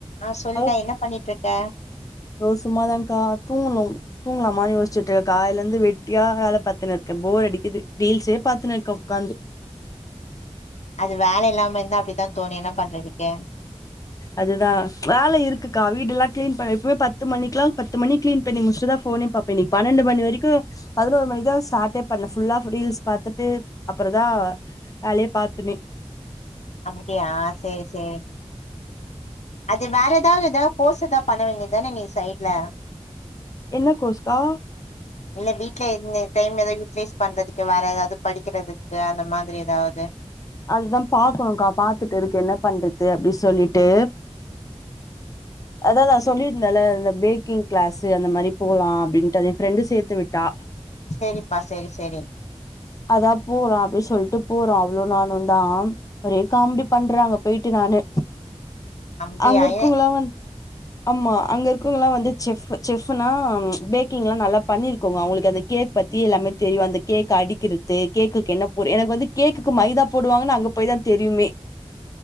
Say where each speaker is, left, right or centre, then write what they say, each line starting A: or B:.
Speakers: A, on the left; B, on the left.
A: ஆ சொல்லுடா
B: அத்
A: என்ன பண்ணிட்டு இருக்க
B: தோ சும்மாதாக்கா தூங்கனோ தூங்கலாமா யோசிச்சுட்டு காலைல இருந்து வெட்டியா வேல பாத்துன்னு இருக்கே போர் அடிக்குது ரீல்ஸே பாத்துன்னு இருக்க உக்காந்து
A: அது வேல இல்லாம இருந்தா அப்டித்தா தோனு என்ன பண்றதுக்க
B: அதுதா வேல இருக்குக்கா வீடுல்லா கிளீன் பண்ணி இப்பவுமே பத்து மணிக்குலா பத்து மணிக்கிளீன் பண்ணி முடிச்சு இப்தா ஃபோனே பாப்பே இன்னைக்கு பன்னெண்டு மணி வெரிக்கு பதினோரு மணிகு தா ஸ்டார்ட்டே பண்ண ஃபுல்லா ஆ ரீல்ஸ் பாத்துட்டு அப்றோதா வேலையே பாத்தனே
A: அப்டியா செரி செரி அது வேற ஏதாது ஏதா கோர்ஸ் ஏதா பண்ண வேண்டியதானே நீ சைட்ல
B: என்ன கோர்ஸ்க்கா
A: இல்ல வீட்ல இருந்தே டைம் ஏதது யூட்டிலைஸ் பண்றதுக்கு வேற ஏதாது படிக்கிறதுக்கு அந்த மாரி ஏதாது
B: அதுதா பாக்கணும்கா பாத்துட்டு இருக்கு என்ன பண்றது அப்டின் சொல்லிட்டு அத தா சொல்லியிருந்தல அந்த பேக்கிங் கிளாஸ்ஸு அந்த மாரி போலா அப்டின்டு அத என் ஃப்ரெண்டு சேத்து விட்டா
A: சேரிப்பா சேரி சேரி
B: அதா போலா அப்டி சொல்ட்டு போறோ அவ்ளோ நானு தா ஒரே காமெடி பண்றாங்க போய்ட்டு நானு
A: அப்டியா
B: அங்க இருக்குங்கள
A: ஏ
B: வந் ஆமா அங்க இருக்குங்களா வந்து செஃப் செஃப்னா பேக்கிங்லா நல்லா பண்ணியிருக்கோமா அவங்களுக்கு அத கேக் பத் த்தி எல்லாமே தெரியு அந்த கேக் அடிக்கிறது கேக்குக்கு என்ன போ எனக்கு வந்து கேக் கு மைதா போடுவாங்கன்னு அங்க போய் தா தெரியுமே